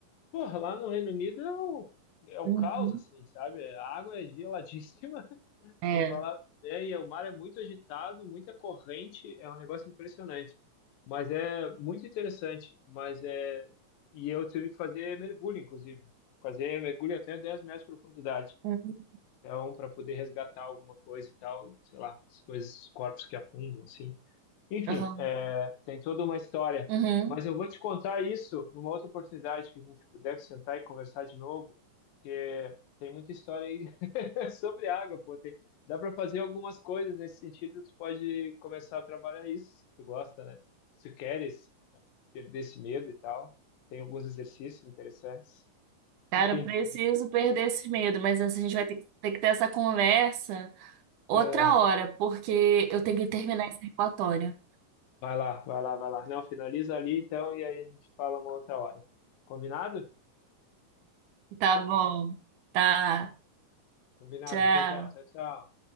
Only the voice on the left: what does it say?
Porra, lá no Reino Unido é o, é o
caos, assim, sabe? A água é geladíssima, <laughs>
sem falar. É, e o mar é muito agitado, muita corrente, é um negócio impressionante. Mas é muito interessante. Mas é. E eu tive que fazer mergulho, inclusive. Fazer mergulho até 10 metros de profundidade.
Então, para poder resgatar alguma coisa e tal, sei lá, as coisas, corpos que afundam, assim. Enfim,
é, tem toda uma história.
Mas eu vou te contar isso numa outra oportunidade que a gente puder sentar e conversar de novo, porque tem muita história aí <laughs> sobre água, pô. Tem, dá para fazer algumas coisas nesse sentido, tu pode começar a trabalhar isso, se tu gosta, né? Se tu queres perder esse medo e tal. Tem alguns exercícios interessantes.
Enfim,
é,
Vai lá, vai lá, vai lá. Não, finaliza ali então e aí a gente fala uma outra hora. Combinado?
Combinado.
Até já. Tchau, tchau.